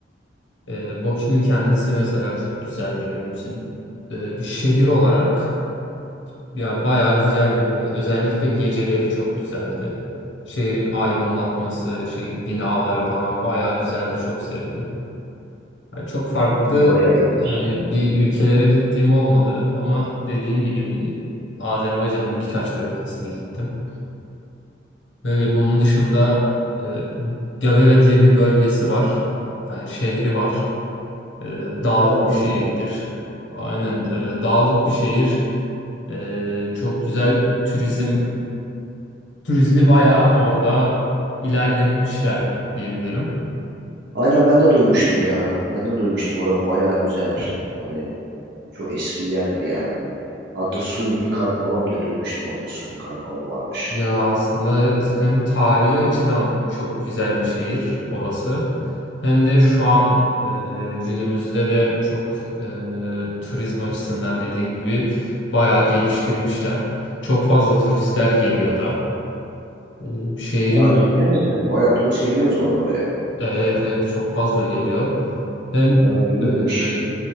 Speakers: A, on the left (about 80°); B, on the right (about 65°).
A: Ee, Bakü'nün kendisi mesela çok güzeldi benim için. Ee, bir şehir olarak. Ya bayağı güzeldi yani özellikle geceleri çok güzeldi. Şehrin aydınlatması, şey binaları falan bayağı güzeldi çok sevdim. Ya çok farklı
B: Hmm, bayağı iyiymiş.
A: yani bir ülkelere gittiğim olmadı ama dediğim gibi bir Azerbaycan'ın birkaç bölgesine gittim. Böyle bunun dışında e, Gabela diye bir bölgesi var. Yani şehri var. E, dağlık
B: Ha ne
A: bir şehirdir.
B: güzel.
A: Aynen e, dağlık bir şehir. E, çok güzel turizm turizmi bayağı orada ilerletmişler diyebilirim.
B: Aynen ben de duymuştum ya. Ben de duymuştum. Orası bayağı güzel. Yani çok eski bir yer gibi yani. Hatta suni kar falan bile duymuştum orada. Suni kar falan varmış.
A: Ya aslında evet,
B: Ya.
A: hem tarihi açıdan çok güzel bir şehir orası. Hem de şu an e, günümüzde de çok e, turizm açısından dediğim gibi bayağı geliştirmişler. Çok fazla turistler geliyor da. E, şehrin
B: Ha ciddi misin? Bayağı turist geliyor o zaman oraya.
A: Evet evet çok fazla geliyor. Hem
B: Ha iyiymiş.
A: e,